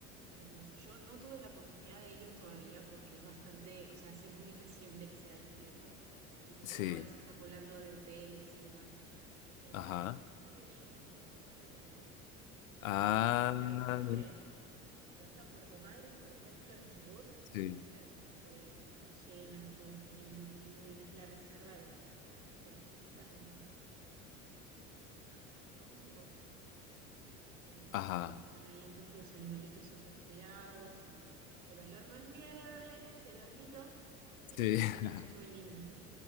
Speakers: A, on the right; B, on the left.
A: hermoso. Yo no tuve la oportunidad de ir todavía porque es bastante, o sea, hace muy reciente que se ha descubierto y recién
B: Sí,
A: ahora se está poblando de hoteles y demás, pero
B: ajá.
A: es muy bello, yo lo súper recomiendo.
B: Ah,
A: Además está el
B: mira,
A: avistaje, si te vas a Puerto Madryn, por ejemplo, en Chubut,
B: sí,
A: tenés el avistaje de, de ballenas, lobos marinos, pingüinos, la reserva de, de Punta, ¿cómo se llama? Punta Tombo, algo así, eh,
B: ajá.
A: donde están ahí todos los animalitos súper cuidados y el olor no es muy agradable, te lo admito, pero
B: Sí.
A: la experiencia
B: <laughs>
A: es muy linda.